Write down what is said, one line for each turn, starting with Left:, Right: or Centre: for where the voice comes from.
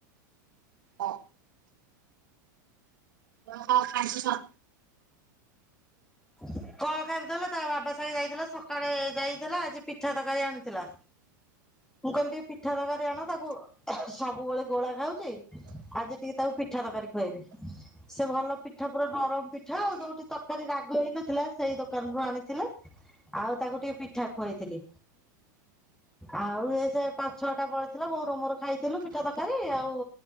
Right: ହଁ ଓହୋ ଖାଇଛ।
Centre: କଣ ଖାଇବଥିଲା ତା ବାବା ସାଙ୍ଗେ ଯାଇଥିଲା ସକାଳେ ଯାଇଥିଲା ଆଜି ପିଠା ତରକାରୀ ଆଣିଥିଲା ମୁଁ କହିଲି ଟିକେ ପିଠା ତରକାରୀ ଆଣ ତାକୁ ସବୁବେଳେ ଗୋଳା ଖାଉଛିେ ଆଜି ଟିକେ ତାକୁ ପିଠା ତରକାରୀ ଖୁଆଇବି ସେ ଭଲ ପିଠା ପର ନରମ ପିଠା ଆଉ ଯୋଉଠି ତରକାରୀ ରାଗ ହେଇନଥିଲା ସେଇ ଦୋକାନରୁୁ ଆଣିଥିଲେ ଆଉ ତାକୁ ଟିକେ ପିଠା ଖୁଆଇଥିଲି ଆଉ ଇ ସେ ପାଞ୍ଚ ଛଅଟା ପଳଥିଲ ମୋ ରୁମରୁ ଖାଇଥିଲୁ ପିଠା ତରକାରୀ ଆଉ